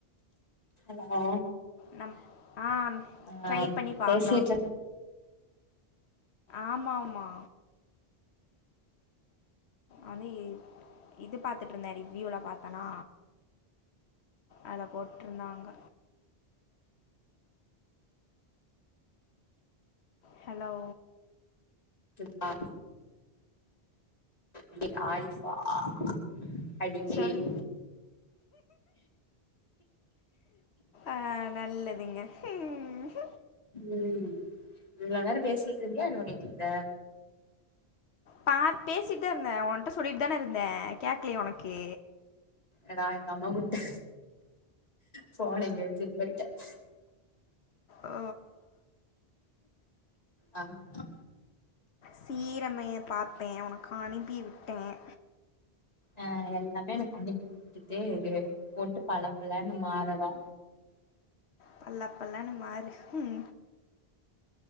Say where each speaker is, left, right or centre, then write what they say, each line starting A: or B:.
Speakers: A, on the left; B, on the left.
A: ஹலோ
B: நம் ஆ
A: ஆ
B: ட்ரை பண்ணி பாக்கலாம்
A: பேசிட்டு
B: ஆமாமா அதேய் இது பாத்துட்ருந்தே ரிவ்யூலா பாத்தனா அத போட்ருந்தாங்க ஹலோ
A: சிப்பா <inaudible> ஆயிப்பா ஆ அடியேய்
B: சொல் ஆ நல்லதுங்க ம்
A: ம் இவ்ளோ நேரம் பேசிட்டு இருந்தியா என்ன பண்ணிட்டு இருந்த
B: பாத் பேசிட் தான் இருந்தேன் ஒன்ட்ட சொல்லிட்டு தான இருந்தேன் கேக்லயா ஒனக்கு
A: அதா எங்க அம்மா கூப்ட ஃபோன இங்கச்சுட் போயிட்டன்
B: ஓ,
A: ஆ <inaudible>
B: சீரமைய பாப்பேன் உனக்கு அனுப்பி வுட்டேன்
A: அ எல்லாமே எனக்கு பண்ணிப் குடுத்துட்டே இரு போட்டு பளப்பளனு மாறுறோ
B: பளப்பளனு மாறு ஹும்